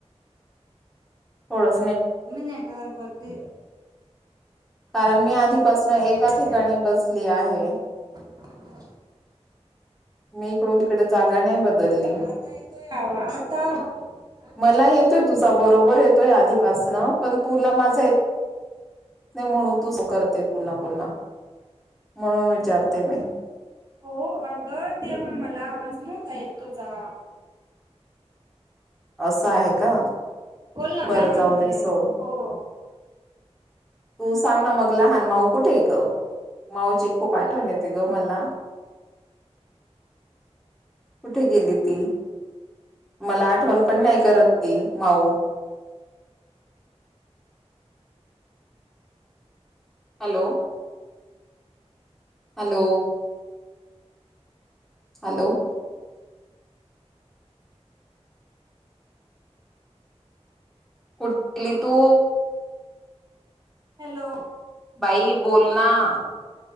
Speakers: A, in the centre; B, on the right.
A: हो. <inaudible>
B: नेटवर्क ते
A: कारण मी आधीपासून एकाच
B: मध्येच
A: ठिकाणी
B: आहे
A: बसली आहे.
B: <unintelligible> आता
A: मी इकडून तिकडे जागा नाही बदलली
B: बघ आता येतोय आता <inaudible>
A: मला
B: आवाज
A: येतोय तुझा
B: मला
A: बरोबर येतोय आधीपासनं. पण तुला माझं ये नाही म्हणून तू करते पुन्हा, पुन्हा म्हणून विचारते मी.
B: हो अगं तेव्हा मला आवाज नवता येत तुझा.
A: असं आहे का
B: बोल ना
A: बरं
B: काय म्हणते
A: जाऊ दे सोड
B: हो
A: तू सांग ना मग लहान माऊ कुठे ग माऊची खूप आठवण येते ग मला कुठे गेली ती मला आठवण पण नाही करत ती माऊ हॅलो हॅलो हॅलो कुठली तू
B: हॅलो
A: भाई बोल ना हा